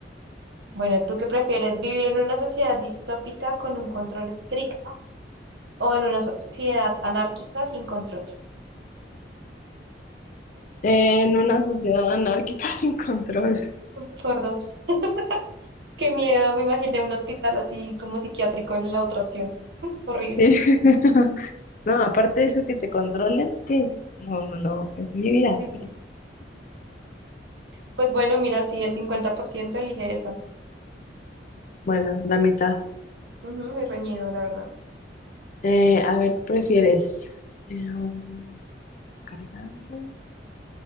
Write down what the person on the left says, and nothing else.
En una sociedad anárquica <laughs> sin control.
Sí. <laughs> No, aparte de eso que te controlen, ¿qué? No, no, no, es mi vida,
espera.
Bueno, la mitad.
Eh, a ver, ¿qué prefieres? Eh, um, cargando.